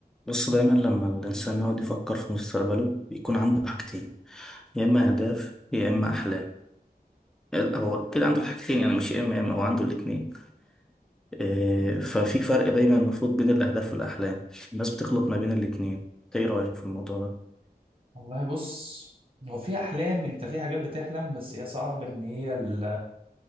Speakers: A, in the centre; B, on the right.
A: بص دايما لما الإنسان يقعد يفكر في مستقبله بيكون عنده حاجتين يا إما أهداف يا إما أحلام هو كده عنده الحاجتين يعني مش يا إما يا إما هو عنده الاتنين آه،
B: م-م.
A: ففي فرق دايما المفروض بين الأهداف والأحلام الناس بتخلط ما بين الاتنين إنت إيه رأيك في الموضوع ده؟
B: والله بص هو في احلام انت في حاجات بتحلم بس هي صعب ان هي ال-